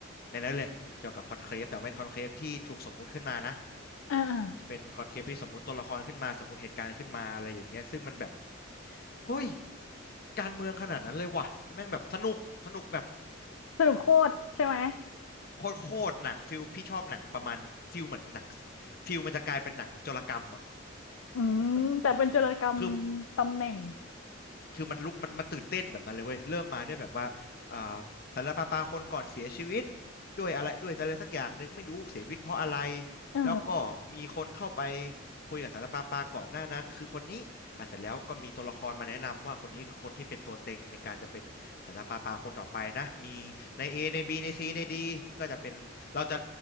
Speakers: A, on the left; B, on the left.
A: ในนั้นเลยเกี่ยวกับคอนเคฟแต่เป็นคอนเคฟที่ถูกสมมุติขึ้นมานะ
B: อ่าอ่า
A: เป็นคอนเคปที่สมมุติตัวละครขึ้นมาสมมุติเหตุการณ์ขึ้นมาอะไรอย่างเงี้ยซึ่งมันแบบเฮ้ยการเมืองขนาดนั้นเลยว่ะแม่งแบบสนุกสนุกแบบ
B: สรุปโคตรใช่ไหม
A: โคตรโคตรหนังฟิลพี่ชอบหนังประมาณฟิลเหมือนหนังฟิลมันจะกลายเป็นหนังโจรกรรมอ่ะ
B: อืมแต่เป็นจุลกรรม
A: <laughs> คือ
B: ตำแหน่ง
A: คือมันลุกมันมันตื่นเต้นแบบนั้นเลยเว้ยเริ่มมาด้วยแบบว่าอ่าสารปาปาคนก่อนเสียชีวิตด้วยอะไรด้วยอะไรสักอย่างหนึ่งไม่รู้เสียชีวิตเพราะอะไร
B: เออ
A: แล้วก็มีคนเข้าไปคุยกับสารปาปาก่อนหน้านั้นคือคนนี้อ่ะเสร็จแล้วก็มีตัวละครมาแนะนำว่าคนนี้คือคนที่เป็นตัวเต็งในการจะเป็นสารปาปาคนต่อไปนะมีใน A ใน B ใน C ใน D ก็จะเป็นเราจะ